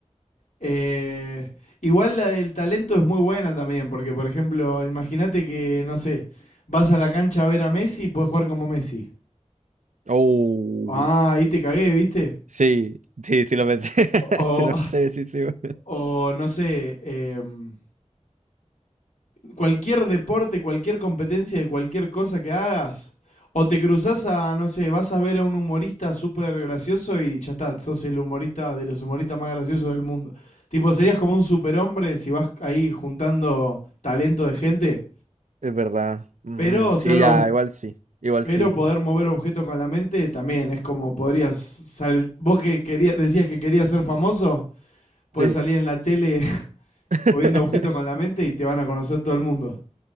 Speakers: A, on the left (about 85°); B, on the right (about 85°).
A: Eh, igual la del talento es muy buena también, porque por ejemplo, imagínate que, no sé, vas a la cancha a ver a Messi y puedes jugar como Messi.
B: Oh.
A: Ah, ahí te cagué, ¿viste?
B: Sí, sí, sí lo pensé. <laughs>
A: O,
B: Sí lo pensé, sí, sí, weón.
A: o no sé, em, cualquier deporte, cualquier competencia de cualquier cosa que hagas. O te cruzas a, no sé, vas a ver a un humorista súper gracioso y ya está, sos el humorista de los humoristas más graciosos del mundo. Tipo, serías como un superhombre si vas ahí juntando talento de gente.
B: Es verdad. Mm,
A: Pero
B: sí,
A: ser, ob-
B: ya, igual sí. Igual
A: pero
B: sí.
A: poder mover objetos con la mente también es como podrías salir. Vos que querías, decías que querías ser famoso, podés
B: Sí.
A: salir en la tele <laughs>
B: <laughs>
A: moviendo objetos con la mente y te van a conocer todo el mundo.